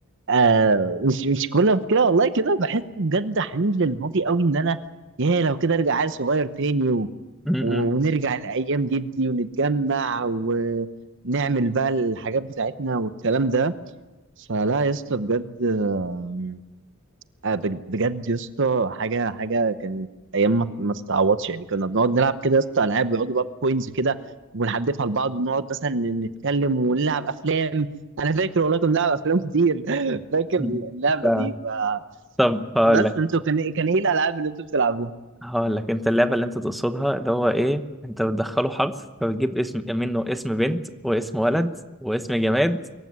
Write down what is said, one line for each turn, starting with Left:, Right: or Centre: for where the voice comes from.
Right: آه مش مش كل ما كده والله كده بحس بجد حنين للماضي قوي ان انا يا لو كده ارجع عيل صغير تاني و...
Centre: م. م-
Right: و- ونرجع لايام جدي ونتجمع ونعمل بقى الحاجات بتاعتنا والكلام ده فلا يا اسطى بجد آه، آه، بج- بجد يا اسطى حاجه حاجه كانت ايام ما ما استعوضش يعني كنا بنقعد نلعب كده يا اسطى العاب ويقعدوا بقى بكوينز كده ونحدفها لبعض ونقعد مثلا نتكلم ونلعب افلام انا فاكر والله كنا بنلعب افلام كتير <laughs> فاكر
Centre: م.
Right: اللعبه
Centre: فاهمة.
Right: دي بقى.
Centre: طب هقول
Right: بس
Centre: لك
Right: انتوا كان إيه، كان ايه الالعاب اللي انتوا بتلعبوها
Centre: هقول لك انت اللعبه اللي انت تقصدها اللي هو ايه انت بتدخله حرف فبتجيب اسم منه اسم بنت واسم ولد واسم جماد